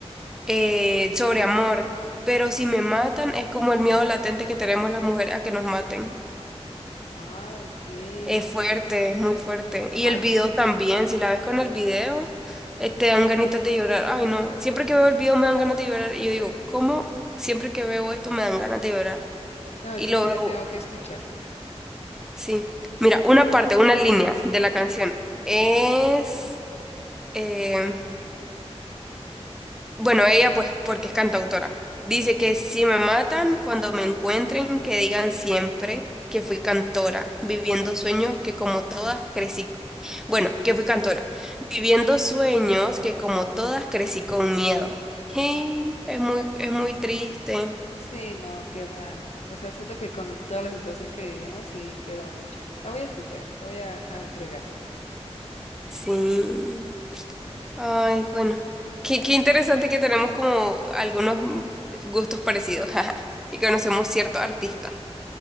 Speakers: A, in the centre; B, on the left.
A: eh, sobre amor. Pero si me matan, es como el miedo latente que tenemos las mujeres a que nos maten.
B: Ah, ok.
A: Es fuerte, es muy fuerte. Y
B: Ay,
A: el video también, si la ves con el video, eh, te dan ganitas de llorar. Ay, no, siempre que veo el video me dan ganas de llorar. Y yo digo, ¿cómo siempre que veo esto me dan ganas de llorar?
B: no,
A: Y
B: entonces
A: lo
B: sí
A: veo,
B: la tengo que escuchar.
A: sí. Mira, una parte, una línea de la canción es... em, Bueno, ella pues porque es cantautora. Dice que si me matan, cuando me encuentren, que digan siempre que fui cantora, viviendo sueños que como todas crecí. Bueno, que fui cantora, viviendo sueños que como todas crecí con miedo. Hey, es muy, es muy triste.
B: Sí, no, queda. O sea, siento que con toda la situación que vivimos, sí queda mucho. La voy a escuchar, la voy a agregar.
A: Sí. Ay, bueno. Qué, qué interesante que tenemos como algunos mm, gustos parecidos <laughs> y conocemos ciertos artistas.